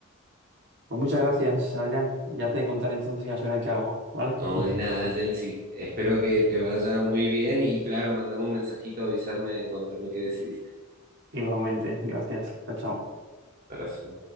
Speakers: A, on the right (about 60°); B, on the right (about 45°).
A: Pues muchas gracias, Adrián. Ya te contaré entonces y al final qué hago, ¿vale?
B: No, de nada, Jensi. Espero que te vaya muy bien y claro, mandame un mensajito, avísame, contame qué decidiste.
A: <laughs> Igualmente, gracias. Chao, chao.
B: Abrazo.